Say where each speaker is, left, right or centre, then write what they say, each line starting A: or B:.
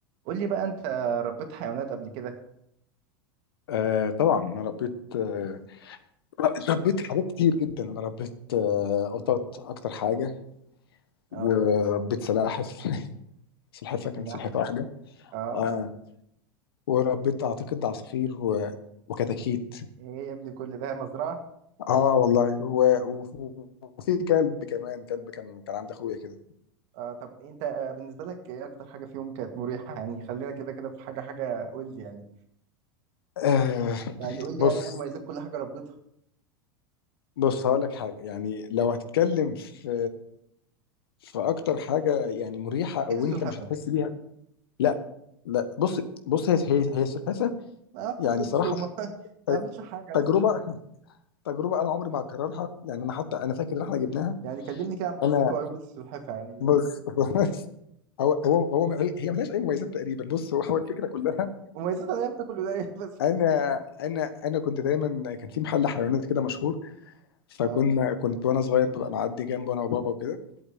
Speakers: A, on the right (about 55°); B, on the left (about 75°).
A: قول لي بقى انت ربيت حيوانات قبل كده
B: آه طبعا انا ربيت آه ربيت حاجات كتير جدا انا ربيت آه قطط اكتر حاجه وربيت
A: اه
B: سلاحف <laughs> سلحفه كانت
A: سلاحف
B: سلحفه واحده
A: اه
B: آه وربيت اعتقد عصافير و... وكتاكيت
A: ايه يا ابني كل ده مزرعة
B: اه والله و... و... وفي كلب كمان كلب كان كان عند اخويا كده
A: اه طب انت بالنسبة لك ايه اكتر حاجة فيهم كانت مريحة يعني خلينا كده كده في حاجة حاجة قول لي يعني
B: آه
A: يعني قول
B: بص
A: لي ايه مميزات كل حاجة ربيتها
B: بص هقول لك حاجه يعني لو هتتكلم في في اكتر حاجه يعني مريحه او
A: اكيد السلحفة
B: انت مش هتحس بيها لا لا بص بص هي هي هي السلحفه
A: ما بتاكلش
B: يعني صراحة
A: وما <laughs> بتعملش
B: ت-
A: حاجة
B: تجربة
A: أصلاً.
B: تجربة أنا عمري ما هكررها يعني أنا حتى أنا فاكر إن إحنا جبناها
A: يعني كلمني كده عن مميزات
B: أنا
A: وعيوب السلحفة يعني
B: بص <laughs> بص هو هو هو هي ملهاش أي مميزات تقريبا بص هو هو الفكرة كلها
A: مميزاتها ان هي بتاكل قليل <laughs> بس
B: أنا أنا أنا كنت دايما كان في محل حيوانات كده مشهور فكنا
A: اه
B: كنت وأنا صغير ببقى معدي جنبه أنا وبابا وكده